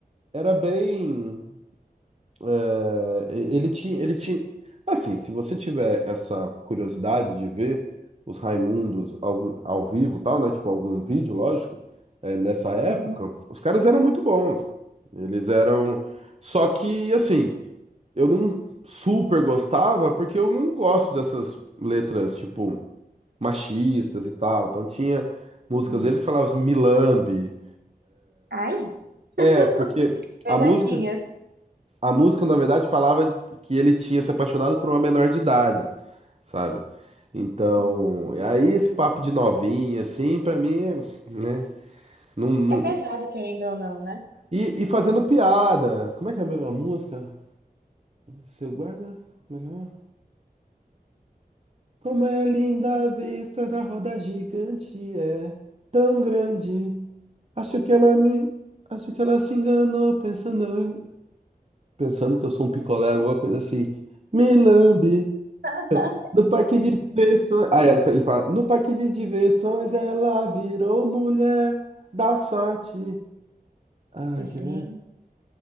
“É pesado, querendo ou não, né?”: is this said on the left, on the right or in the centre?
Right